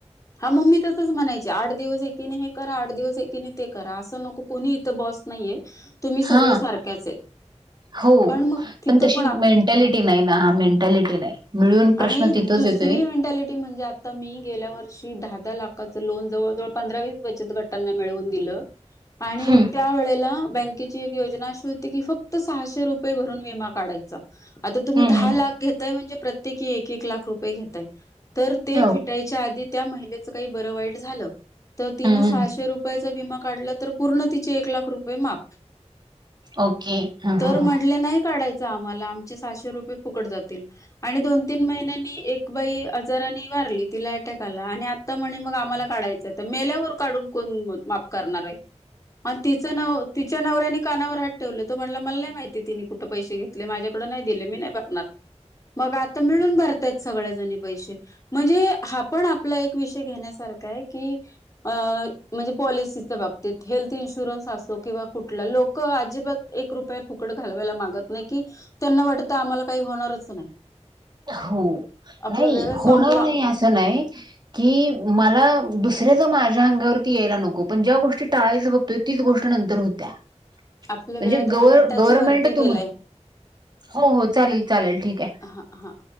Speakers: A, on the left; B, on the right.
A: हा मग मी तसंच म्हणायचे आठ दिवस एकीने हे करा आठ दिवस एकीने ते करा असं नको कोुणी इथं बस नाहीये तुम्ही सगळ
B: हा
A: सारख्याच आहे
B: हो
A: पण मग तिथं
B: तशी
A: पण
B: मेंटॅलिटी नाही ना मेंटॅलिटी नाही मिळून प्रश्न
A: आणि
B: तिथंच
A: दुसरी
B: येतोय
A: मेंटॅलिटी म्हणजे आता मी गेल्या वर्षी दहा दहा लाख खाच लोन जवळजवळ पंधरा वीस बचत गटांना मिळवून दिलं. आणि
B: हम्म
A: त्या वेळेला बँकेची एक योजना अशी होती की फक्त सहाशे रुपये भरून विमा काढायचा आता तुम्ही
B: हम्म
A: दहा लाख घेताय म्हणजे प्रत्येकी एक एक लाख रुपये घेताय. तर ते
B: हो
A: फिटायच्या आधी त्या महिलेचं काय बरं वाईट झालं तर तिनं
B: हम्म
A: सहाशे
B: हम्म.
A: रुपयाच तो विमा काढला तर पूर्ण तिचे ऐक लाख रुपये माफ
B: ओके ह
A: तर
B: ह
A: म्हटल्या नाही काढाय चा आम्हाला आमचे सहाशे रुपये फुकट जातील. आणि दोन तीन महिन्यांनी एक बाई आजारानी वारली तिला अटॅक आला आणि आता म्हणे मग आम्हाला काढायचं तर मेल्यावर काढून कोण माप करणार आहे. आणि तिच नाव तिच्या नवऱ्याने कानावर हात ठेवले तो म्हटलं मला नाही माहिती तिनी कुठं पैसे घेतले माझ्याकडे नाय दिले मी नाय भरणार मग आता मिळून भरतायत सगळ्याजणी पैसे म्हणजे हा आपण आपला एक विषय घेण्यासारखा आहे की अ म्हणजे पॉलिसीच्या बाबतीत हेल्थ इन्शुरन्स असो किंवा कुठला लोक अजिबात एक रुपये फुकट घालवायला मागत नाही कि त्यांना वाटत आम्हाला काही होणारच नाही.
B: हो
A: आपला
B: नाही
A: वेळ
B: होणार
A: संपला
B: नाही असं नाही की
A: हम्म.
B: मला दुसऱ्याच माझ्या अंगावरती यायला नको पण ज्या गोष्ट टाळायचं बघतोय तीच गोष्ट नंतर होत्या म्हणजे
A: आपला वेळ दहा
B: गव
A: मिनिटाच्या
B: गव्हर्मेंट
A: वरती
B: तुम
A: गेलाय
B: हो हो चालेल चालेल ठीक ये.
A: हा हा